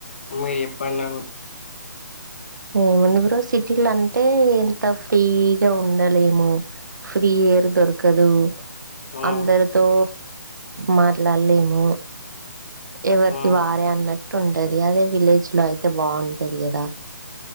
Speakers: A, on the left; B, on the right.
A: మీ చెప్పండను
B: ఏముంది బ్రో సిటీల అంటే ఇంత ఫ్రీగా ఉండలేము ఫ్రీ ఏర్ దొరకదు
A: మ్మ్
B: అందర్ తో మాట్లాడలేము ఎవరిది
A: మ్మ్
B: వారే అన్నట్టు ఉంటది అదే విలేజ్ లో అయితే బాగుంటది కదా